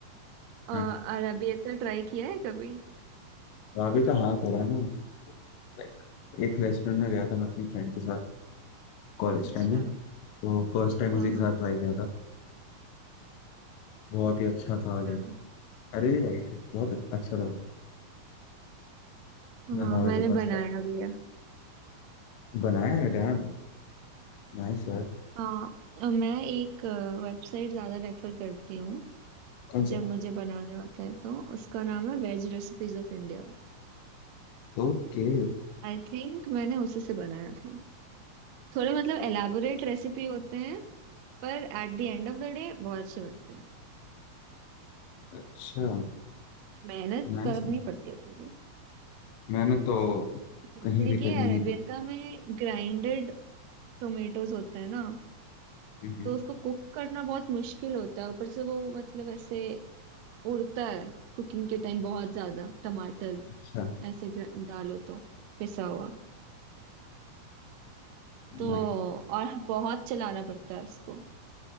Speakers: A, on the right; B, on the left.
A: आ,
B: हाँ जी
A: अरबियता ट्राई किया है कभी
B: ढाबे का हाँ करा है ना लाइक एक रेस्टोरेंट में गया था मैं अपनी फ्रेंड के साथ कॉलेज
A: अच्छा
B: टाइम में
A: हाँ
B: तो फर्स्ट टाइम
A: हाँ
B: उसी के साथ ट्राई किया था बहुत ही अच्छा था लाइक
A: हाँ
B: अरे राइट बहुत अच्छा अच्छा था
A: हाँ
B: मैं ढाबे
A: मैंने
B: तो पास्ता
A: बनाया भी है
B: बनाया है डैम नाइस यार
A: हाँ अ, मैं एक वेबसाइट ज्यादा रेफर करती हूँ
B: कौन से
A: जब मुझे बनाने होता है तो उसका नाम है veg recipes of India
B: ओके
A: I think मैंने उसी से बनाया था थोड़े मतलब एलाबोरेट रेसिपी होते हैं पर at the end of the day बहुत अच्छे बनते हैं
B: अच्छा
A: मेहनत
B: नाइस
A: करनी पड़ती है थोड़ी
B: मैंने तो
A: जैसे
B: कहीं भी
A: कि
B: करनी
A: अरेबियता
B: ही पड़ी
A: में ग्राइंडेड टोमेटोज होते हैं ना
B: हम्म, हम्म,
A: तो उसको कुक करना बहुत मुश्किल होता है ऊपर से वो मतलब ऐसे उड़ता है कुकिंग के टाइम
B: हम्म।
A: बहुत ज्यादा टमाटर
B: अच्छा
A: ऐसे ग्र- डालो तो पिसा हुआ तो
B: नाइस
A: और बहुत चलाना पड़ता है उसको